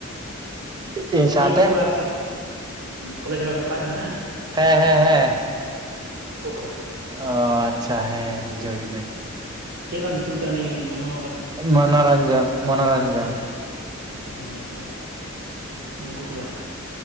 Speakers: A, on the right; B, on the right.
A: ᱤᱧ
B: ᱩᱱᱤᱭᱟᱜ
A: ᱥᱟᱶᱛᱮ
B: ᱢᱤᱫᱴᱮᱡ ᱠᱚᱲᱟ ᱥᱮ ᱠᱚᱞᱮᱡᱽ ᱨᱮ ᱵᱟᱯᱮ ᱯᱟᱲᱦᱟᱜ ᱠᱟᱱ ᱛᱟᱦᱮᱸᱱᱟ
A: ᱦᱮᱸ ᱦᱮᱸ ᱦᱮᱸ
B: ᱩᱱᱠᱩ ᱴᱚᱞᱟ
A: ᱚᱻ ᱟᱪᱪᱷᱟ ᱦᱮᱸ ᱵᱩᱡᱷᱟᱹᱣ ᱠᱤᱫᱟᱹᱧ
B: ᱪᱮᱫ ᱵᱟᱝ ᱧᱩᱛᱩᱢ ᱛᱟᱭ ᱩᱱᱤ ᱢᱚᱱᱚ
A: ᱢᱚᱱᱳᱨᱧᱡᱚᱱ ᱢᱚᱱᱳᱨᱧᱡᱚᱱ
B: ᱦᱳᱭ ᱦᱳᱭ ᱦᱳᱭ ᱦᱳᱭ ᱩᱱᱠᱩ ᱴᱚᱞᱟ